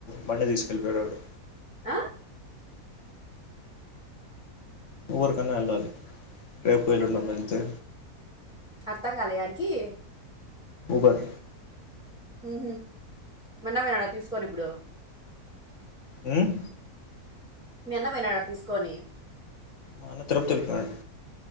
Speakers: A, on the left; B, in the centre.
A: బండి తీసుకెళ్ళిపోయాడు వాడు
B: ఆ
A: ఉబెర్ కన్నా వెళ్ళాలి రేపు ఎలుండన్న వెళ్తే
B: అర్థం కాల ఎడికి
A: ఉబెర్
B: హు హామ్ మానమే ఆడ తీసుకోని ఇప్పుడు
A: ఉం
B: మీ అన్న పోయినాడా తీసుకొని
A: మా అన్న తిరపుతి ఎల్లిపోయినాడు